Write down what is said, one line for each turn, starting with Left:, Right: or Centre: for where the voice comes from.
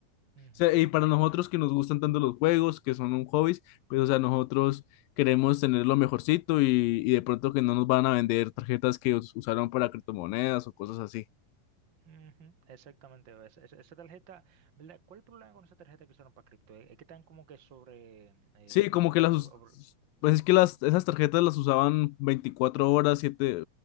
Right: Ujú,
Left: sea, y para nosotros que nos gustan tanto los juegos, que son un hobby, pues, o sea, nosotros queremos tener lo mejorcito y, y de pronto que no nos van a vender tarjetas que us- usaron para criptomonedas o cosas así.
Right: ujú, Exactamente, ves, esa, esa tarjeta, ¿verdad? ¿Cuál es el problema con esa tarjeta que usaron para cripto? Es es que están como que sobre, eh,
Left: Sí, como
Right: ¿cómo
Left: que las,
Right: es?
Left: us-
Right: Ob- ob-
Left: pues es que las, esas tarjetas las usaban 24 horas, 7